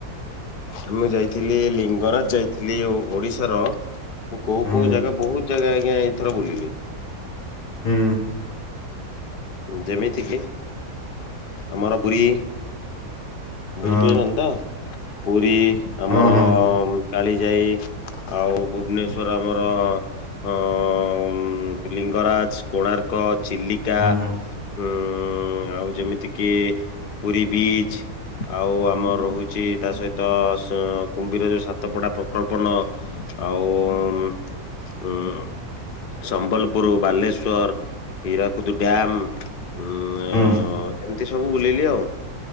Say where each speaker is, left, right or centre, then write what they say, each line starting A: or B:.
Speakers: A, on the left; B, on the left.
A: ଆମେ ଯାଇଥିଲି ଲିଙ୍ଗରାଜ ଯାଇଥିଲି ଓଡିଶାର ମୁଁ କୋଉ
B: ହୁଁ
A: କୋଉ ଜାଗା ବହୁତ ଜାଗା ଆଜ୍ଞା ଏଇଥର ବୁଲିଲି।
B: ହୁଁ।
A: ଯେମିତି କିି ଆମର ପୁରୀ।
B: ହଁ
A: ବୁଝିପାରୁଚିନ ତ ପୁରୀ ଆମର
B: ହଁ ହଁ
A: କାଳି ଯାଇ ଆଉ ଭୁବନେଶ୍ଵର ଆମର ଅ ଲିଙ୍ଗରାଜ, କୋଣାର୍କ, ଚିଲିକା।
B: ହୁଁ ହୁଁ
A: ହୁଁ ଆଉ ଯେମିତି କିି ପୁରୀ ବିଚ। ଆଉ ଆମର ରହୁଚି ତା ସହିତ କୁମ୍ବୀର ଯେଉ ସାତପଡ଼ା ପ୍ରକଳ୍ପନ। ଆଉ ଉ ଉମ୍ ସମ୍ବଲପୁର, ବାଲେଶ୍ୱର, ହୀରା କୁଦ୍ ଡ୍ୟମ୍ ଉମ ଅ
B: ହୁଁ
A: ଏମିତି ସବୁ ବୁଲିଲି ଆଉ।